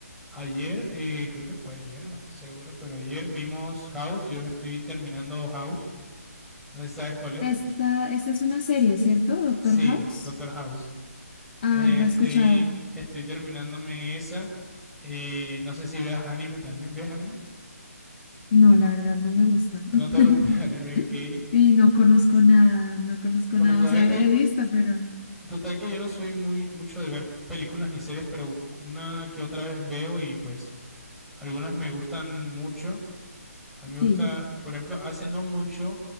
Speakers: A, in the centre; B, on the left.
A: ayer, eh, creo que fue ayer, no estoy seguro, pero ayer vimos House. Yo me estoy terminando House. No sé si sabes cuál es.
B: Esta, esta es una serie, ¿cierto? Doctor
A: Sí,
B: House.
A: Doctor House.
B: Ah,
A: Eh,
B: ¿la
A: estoy,
B: he escuchado?
A: estoy terminándome esa. Eh, no sé si veas anime también. ¿Ves anime?
B: No, la verdad, no me gusta.
A: ¿No
B: <laughs>
A: te gusta el <laughs> anime? Ok.
B: Y no conozco nada, no conozco
A: Bueno,
B: nada.
A: total
B: O sea,
A: que,
B: he visto, pero
A: total que yo no soy muy mucho de ver películas ni series, pero una que otra vez veo y pues algunas me gustan mucho. A mí me
B: sí.
A: gusta, por ejemplo, hace no mucho,